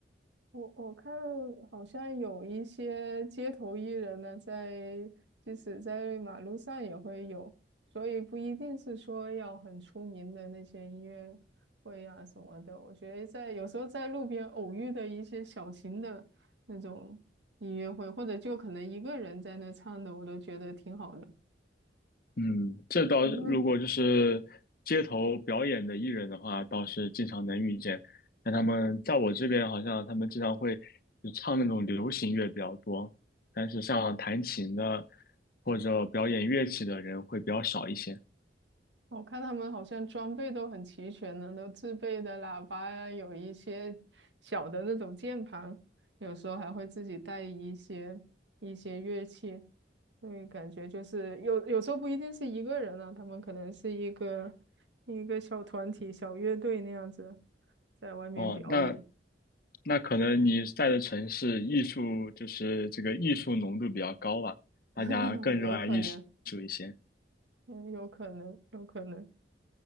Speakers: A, on the right; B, on the left.
A: 我我看好像有一些街头艺人呢，在即使在马路上也会有，所以不一定是说要很出名的那些音乐会啊什么的。我觉得在有时候在路边偶遇的一些小型的那种音乐会，或者就可能一个人在那唱的，我都觉得挺好的。
B: 嗯，这倒是如果就是街头表演的艺人的话，
A: 嗯哼
B: 倒是经常能遇见。但他们在我这边，好像他们经常会就唱那种流行乐比较多，但是像弹琴的或者表演乐器的人会比较少一些。
A: 我看他们好像装备都很齐全呢，都自备的喇叭呀，有一些小的那种键盘，有时候还会自己带一些一些乐器，所以感觉就是有有时候不一定是一个人啊，他们可能是一个一个小团体、小乐队那样子在外面表演，
B: 哦，那那可能你在的城市艺术就是这个艺术浓度比较高吧，大家更热爱艺术一些。
A: <laughs> 有可能，<laughs> 嗯，有可能，有可能。